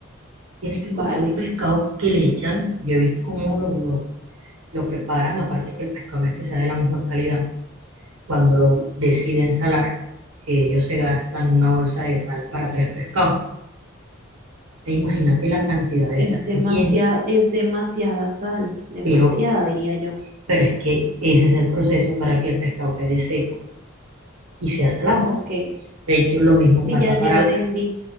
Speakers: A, on the right; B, on the right.
A: tienes que
B: vale,
A: coger un pescado que le echan. Yo he visto cómo lo, lo, lo preparan, aparte que el pescado no es que sea de la mejor calidad cuando lo deciden salar, ellos se gastan una bolsa de sal para tres pescados. imagínate la cantidad de
B: es
A: sal
B: demasiada,
A: que tiene,
B: es demasiada sal, demasiada,
A: pero,
B: diría yo.
A: pero es que ese es el proceso para que el pescado quede seco y sea salado.
B: Ok,
A: De hecho, lo mismo
B: sí,
A: pasa
B: ya,
A: para,
B: ya entendí.